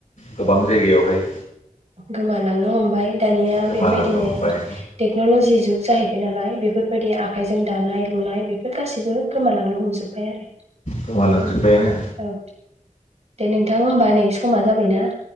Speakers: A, on the left; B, on the right.
A: गोबां जायगायावहाय।
B: गोमालांनो हमबाय दानिया
A: गोमालांनो
B: बेबायदिनो
A: हमबाय
B: टेक्न'लजि जुग जाहैबाय नालाय बेफोरबायदि आखाइजों दानाय लुनाय बेफोर गासिबो गोमालांनो हमजोबबाय आरो
A: गोमालांजोब्बायानो
B: उम औ। दे नोंथां होमबा नै समा जाबायना